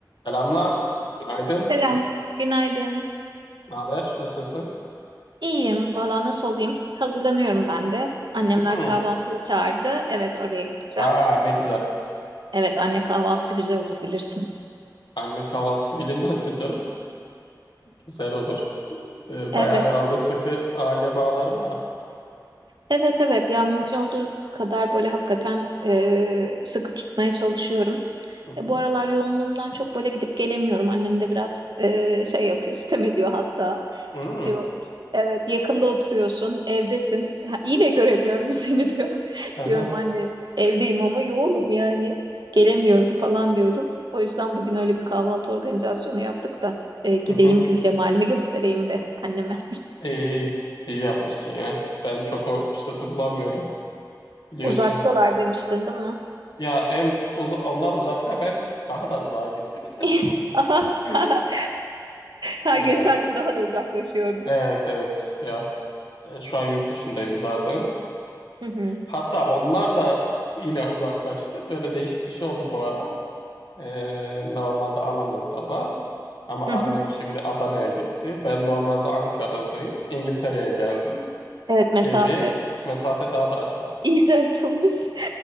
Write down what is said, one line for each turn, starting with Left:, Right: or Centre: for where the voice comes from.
Left: Selamlar, günaydın,
Right: Selam, günaydın.
Left: ne haber, nasılsın?
Right: İyiyim, valla nasıl olayım? Hazırlanıyorum ben de. Annemler
Left: Hmm.
Right: kahvaltıya çağırdı. Evet, oraya gideceğim.
Left: Aa ne güzel.
Right: Evet, anne kahvaltısı güzel olur bilirsin.
Left: Anne kahvaltısı bilinmez mi canım? Güzel olur. Ee,
Right: Evet,
Left: bayağı herhalde sıkı aile bağlarım var.
Right: evet, evet. Ya mümkün olduğu kadar böyle hakikaten e, sıkı tutmaya çalışıyorum.
Left: Hı hı.
Right: E, bu aralar yoğunluğumdan çok böyle gidip gelemiyorum. Annem de biraz e, şey yapıyor, <laughs> sitem ediyor hatta.
Left: Hmm.
Right: diyor. Evet yakında oturuyorsun evdesin. Ha, yine göremiyorum <laughs> seni diyor.
Left: Aha.
Right: Diyorum anne evdeyim ama yoğunum yani. Gelemiyorum falan diyorum. O yüzden bugün öyle bir kahvaltı organizasyonu yaptık da e, gideyim
Left: Hı hı.
Right: Gül Cemal'imi göstereyim be anneme.
Left: İyi, iyi yapmışsın ya. Ben çok o fırsatı bulamıyorum,
Right: <laughs>
Left: biliyorsun.
Right: Uzaktalar demiştin değil mi?
Left: Ya hem uza- onlar uzakta, ben daha da uzağa gittim.
Right: <laughs> Aha,
Left: <laughs>
Right: <laughs> Her
Left: Yani
Right: geçen gün daha da uzaklaşıyordun.
Left: evet evet ya. E, Şu an yurt dışındayım zaten.
Right: Hı hı,
Left: Hatta onlar da yine uzaklaştı. Böyle değişik bir şey oldu bu ara. Ee, normalde Anamur'dalar. Ama
Right: hı
Left: annem
Right: hı.
Left: şimdi Adana'ya gitti. Ben normalde Ankara'dayım. İngiltere'ye geldim
Right: Evet mesafe
Left: gibi mesafe daha da açılıyor.
Right: iyice açılmış.